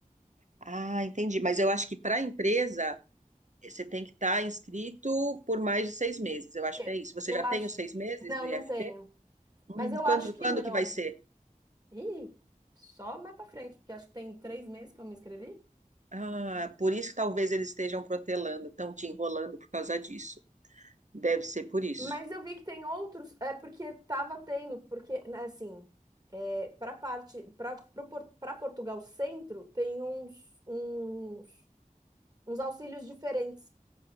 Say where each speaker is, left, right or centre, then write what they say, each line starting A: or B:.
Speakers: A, on the right; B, on the right.
A: Ah, entendi. Mas eu acho que para a empresa você tem que estar inscrito por mais de seis meses. Eu acho
B: Eu,
A: que é isso. Você
B: eu
A: já
B: acho.
A: tem os seis meses
B: Não,
A: do IFP?
B: não tenho.
A: Hum.
B: Mas eu
A: Quando,
B: acho que
A: quando
B: não.
A: que vai ser?
B: Ih, só mais para frente, porque acho que tem três meses que eu me inscrevi.
A: Ah, por isso que talvez eles estejam protelando, estão te enrolando por causa disso. Deve ser por isso.
B: Mas eu vi que tem outros, é porque estava tendo, porque né, assim, para parte, para para Portugal Centro tem uns, uns, uns auxílios diferentes.